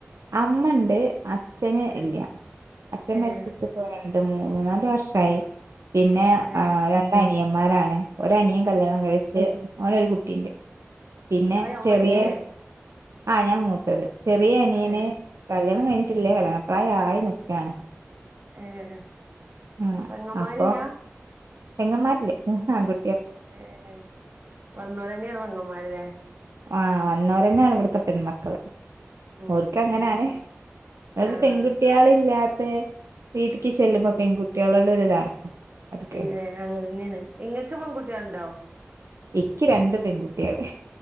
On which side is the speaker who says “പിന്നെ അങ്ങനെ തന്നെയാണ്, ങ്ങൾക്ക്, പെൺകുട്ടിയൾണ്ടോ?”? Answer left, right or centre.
Right